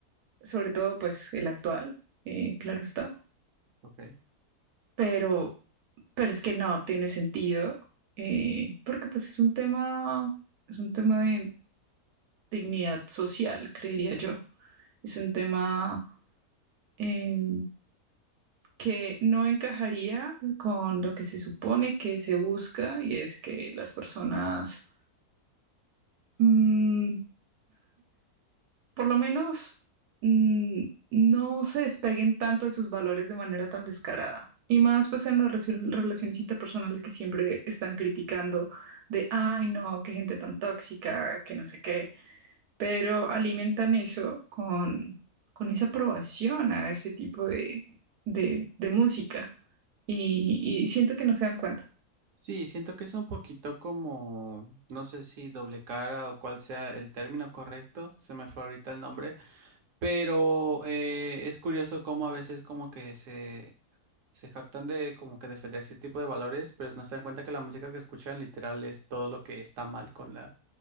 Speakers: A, on the right (about 80°); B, on the right (about 65°).
A: sobre todo pues el actual, eh, claro está
B: Okay.
A: pero, pero es que no tiene sentido, eh, porque pues es un tema, es un tema de dignidad social, creería yo. Es un tema eh, que no encajaría con lo que se supone que se busca y es que las personas mm, por lo menos mm, no se despeguen tanto de sus valores de manera tan descarada. Y más pues en las reci- relaciones interpersonales que siempre están criticando de, ay no, qué gente tan tóxica, que no sé qué. Pero alimentan eso con, con esa aprobación a este tipo de, de, de música. Y, y siento que no se dan cuenta.
B: Sí, siento que es un poquito como, no sé si doble cara o cuál sea el término correcto, se me fue ahorita el nombre, Pero eh, es curioso cómo a veces como que se, se jactan de como que defender ese tipo de valores, pero no se dan cuenta que la música que escuchan literal es todo lo que está mal con la,